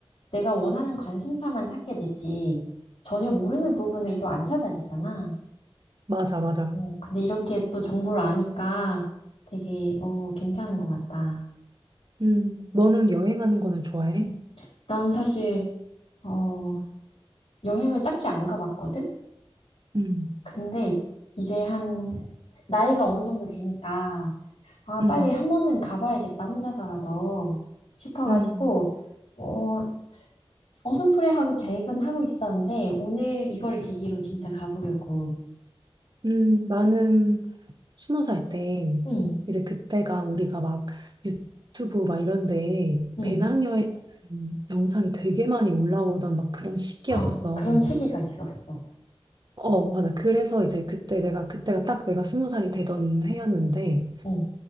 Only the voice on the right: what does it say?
맞아, 맞아.
음, 너는 여행하는 거는 좋아해?
응,
응,
응,
응. 나는 스무 살 때
이제 그때가 우리가 막 유튜브 막 이런데
배낭여행 하는 영상이 되게 많이 올라오던 막 그런 시기였었어.
어, 맞아. 그래서 이제 그때 내가 그때가 딱 내가 스무 살이 되던 해였는데